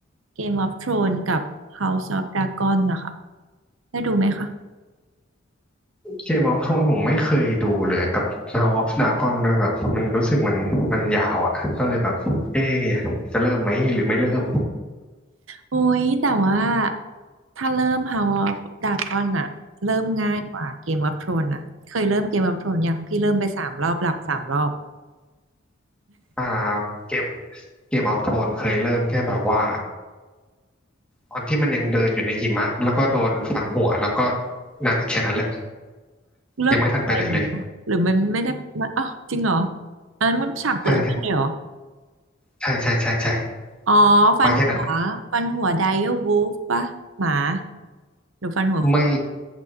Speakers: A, on the right (about 80°); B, in the centre.
A: Game of Thrones กับ House of Dragon นะคะได้ดูไหมคะ
B: เกมออฟโทนผมไม่เคยดูเลยกับ House of Dragon ด้วยแบบมันรู้สึกมันมันยาวอ่ะก็เลยแบบเอ๊ะจะเริ่มไหมหรือไม่เริ่ม
A: โอ้ยแต่ว่าถ้าเริ่ม House of Dragon อะเริ่มง่ายกว่า Game of Thrones นะเคยเริ่ม Game of Thrones ยังพี่เริ่มไปสามรอบหลับสามรอบ
B: อ่าเกมเกมออฟโทนเคยเริ่มแค่แบบว่าตอนที่มันยังเดินอยู่ในหิมะแล้วก็โดนฟันหัวแล้วก็นั่นอะแค่นั้นแหละ
A: เริ่มตกใจหรือหรือมันไม่ได้มันอ้าวจริงเหรอ
B: ยังไม่ทันไปไหนเลย
A: อันนั้นมันฉากเปิดเรื่องเลยเหรอ
B: ใช่ใช่ใช่ใช่ใช่ใช่
A: อ๋อฟันหัวฟันหัวไดเออร์วูฟปะหมา
B: มาแค่นั้นเลย
A: หรือฟันหัวคน
B: ไม่